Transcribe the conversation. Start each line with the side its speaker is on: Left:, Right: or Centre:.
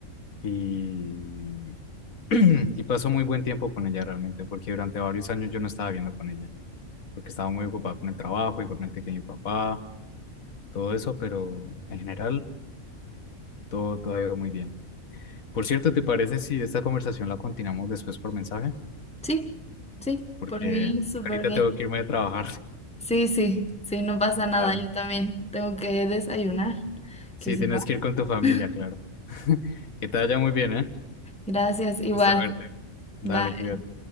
Left: y, <clears throat> y paso muy buen tiempo con ella realmente, porque durante varios años yo no estaba viviendo con ella, porque estaba muy ocupada con el trabajo, igualmente que mi papá. todo eso, pero en general todo, todo ha ido muy bien. Por cierto, ¿te parece si esta conversación la continuamos después por mensaje?
Centre: Sí, sí,
Left: Porque
Centre: por mí súper
Left: ahorita
Centre: bien.
Left: tengo que irme a trabajar.
Centre: Sí, sí, sí, no pasa nada,
Left: <laughs> Dale.
Centre: yo también tengo que desayunar,
Left: Sí,
Centre: que si
Left: tienes
Centre: no.
Left: que ir con tu familia,
Centre: <laughs>
Left: claro. <laughs> Que te vaya muy bien, ¿eh? Un
Centre: Gracias, igual.
Left: gusto verte. Dale,
Centre: Bye.
Left: cuídate.